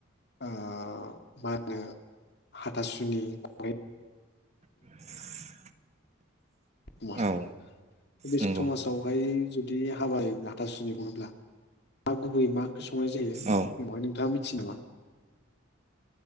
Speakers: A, on the left; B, on the right.
A: आ मा होनो। हाथासुनि खुंनाय
B: <inaudible>
A: समाजाव
B: औ
A: बे समाजावहाय
B: नंगौ
A: जुदि हाबायोब्ला हाथासुनि बुङोब्ला। गुबै मा ओंख्रि संनाय जायो
B: औ
A: बेयावहाय नोंथाङा मिथियो नामा?